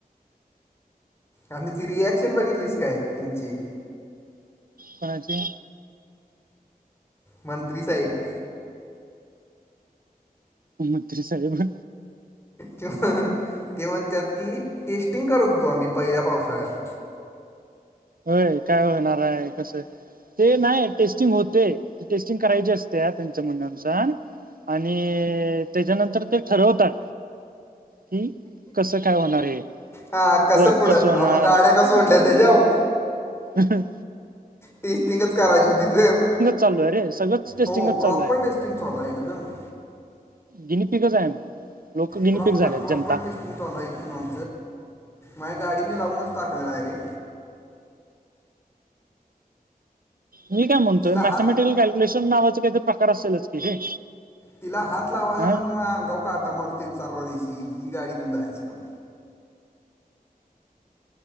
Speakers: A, on the left; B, on the right.
A: आणि ती रियाक्शन बघितलीस काय हेंचि?
B: कोणाची?
A: मंत्री साहिब.
B: मंत्री साहेब.
A: त्यो ते म्हणतात की टेस्टिंग करत होतो आम्ही पहिल्या पावसाळ्यात.
B: होय काय होणाराय कसं. ते नाही टेस्टिंग होते टेस्टिंग करायची असते त्यांच्या म्हणण्यानुसार आणि त्याच्यानंतर ते ठरवतात. की कसं काय होणार आहे.
A: हां कसं
B: वर्क
A: पुढं
B: होणार
A: अव मग गाड्या का सोडल्या तेच्याव?
B: ह
A: टेस्टिंगच करायची होती तर
B: चालू आहे रे सगळंच टेस्टिंगच
A: हो प्रॉपर
B: चालू आहे
A: टेस्टिंग चालू आहे एकदम. <inaudible>
B: गिनी पिकच आहे आम्ही. लोक गिनीपिक
A: प्रॉपर
B: झालेत
A: प्रॉपर
B: जनता
A: टेस्टिंग चालू आहे इथेनॉल. माझी गाडी मी लावूनच टाकलेल आहे रे.
B: मी काय म्हणतोय
A: तिला
B: मॅथमॅटिकल
A: हात
B: कॅल्क्युलेशन नावाचं काही प्रकार असेलच की रे.
A: तिला हात लावायचा
B: हा
A: म्हणजे म अंगा काटा मरती चार दिस त ही गाडी घेऊन जायच का म